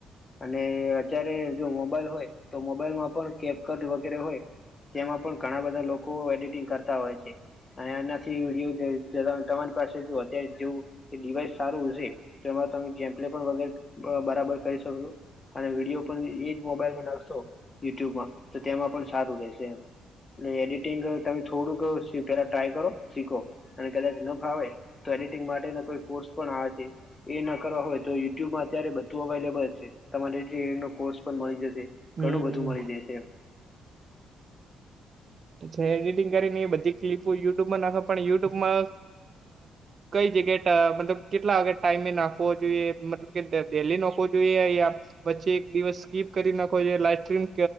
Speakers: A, on the left; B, on the right.
A: અને અત્યારે જો મોબાઈલ હોય તો મોબાઈલમાં પણ કેપકટ વગેરે હોય. તેમાં પણ ઘણા બધા લોકો એડિટિંગ કરતા હોય છે. અને એનાથી તમારી પાસે અત્યારે જેવું ડિવાઈસ સારું છે. તો એમાં તમે જેમ્પલે પણ વગેરે બરાબર કરી શકશો. અને વિડીયો પણ એજ મોબાઈલમાં નાખશો યુટ્યુબમાં તો તેમાં પણ સારું રહેશે. એડિટિંગ તમે થોડુંક પેલા ટ્રાય કરો શીખો. અને કદાચ ન ફાવે તો એડિટિંગ માટેના કોઈ ફર્સ પણ આવે છે. એ ન કરવા હોય તો યુટ્યુબમાં અત્યારે બધું અવેલેબલ છે તમારે જે એનો કોર્સ પણ મળી જશે.
B: હમ્મ.
A: ઘણું બધું મળી જાય છે.
B: એડિટિંગ કરીને એ બધી ક્લિપો યુટ્યુબ માં નાખો પણ યુટ્યુબમાં કઈ જગ્યા મતલબ કેટલા વાગે ટાઈમે નાખવો જોઈએ મતલબ કે ડેલી નાખો જોઈએ. જોઈએ અયા વચ્ચે એક દિવસ સ્કીપ કરી નાખો લાઈફ સ્ટ્રીમ